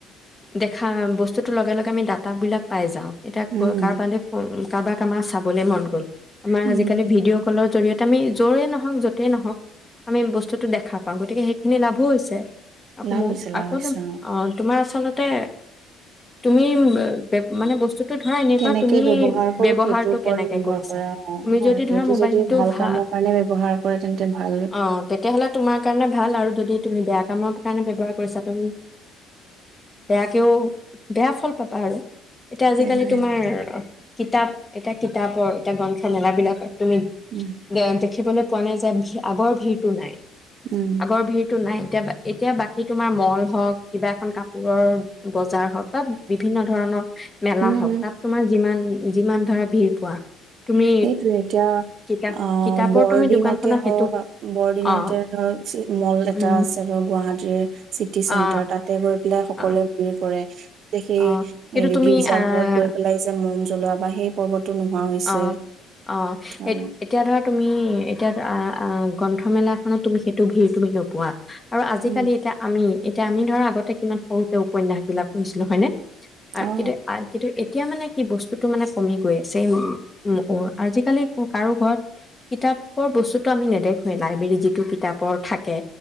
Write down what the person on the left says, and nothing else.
দেখা বস্তুতো লগে লগে আমি দাটা বিলাক পাই যাওঁ এতিয়া
কাৰ বালে উ কাৰোবাক আমাৰ চাবলৈ মন গ'ল আমাৰ
আজিকালি ভিডিঅ' কলৰ জৰিয়তে আমি যৰেই নহওক য'তেই নহওক আমি বস্তুটো দেখা পাওঁ গতিকে সেইখিনি লাভ হৈছে
মোৰ
আকৌ
অ তোমাৰ আচলতে তে তুমি মানে বস্তু ধৰা এনেকোৱা
তুমি
বৱহাৰটো
কেনেকে
কৰিছা
তুমি
যদি ধৰা
মবাইলটো
ভাল
অ তেতিয়ালে তোমাৰ কাৰণে ভাল আৰু যদি তুমি বেয়া কামৰ কাৰণে কৰিছা তুমি বেয়াকেও বেয়া ফল পাবা আৰু এতিয়া আজিকালি
তোমাৰ কিতাপ এটা কিতাপৰ এতিয়া গ্ৰন্থমেলা বিলাকৰ তুমি
গেৰানটি দেখিবলৈ পোৱা নাই যে আগৰ ভিৰটো নাই
আগৰ ভিৰটো নাই এতিয়া এতিয়া বাকী বাকী তোমাৰ মল হওঁক কিবা এখন কাপোৰৰ বজাৰ হওঁক বা বিভিন্ন ধৰণৰ মেলা
হওক তাত তোমাৰ যিমান যিমান ধৰা ভিৰ পোৱা তুমি
কিতাপ
কিতাপৰ
তুমি দোকানখনত
সেইটো
অ
উম
অ
অ
অ কিন্তু
তুমি
আহ
অ অ' এ
এতিয়া ধৰা তুমি এতিয়া অ' গ্ৰন্থমেলাখনত তুমি সেইটো ভিৰ তুমি নোপোৱা আৰু আজিকালি
এতিয়া আমি এতিয়া আমি ধৰা আগতে কিমান সৰুতে উপন্যাস বিলাক পঢ়িছিলো হয় নে
কিন্তু আহ কিন্তু এতিয়া মানে কি বস্তুটো মানে কমি গৈ আছে সেই, উ
অ' আজিকালি কাৰো ঘৰত কিতাপৰ বস্তুটো আমি নেদেখোঁৱে লাইব্ৰেৰীত যিটো কিতাপৰ থাকে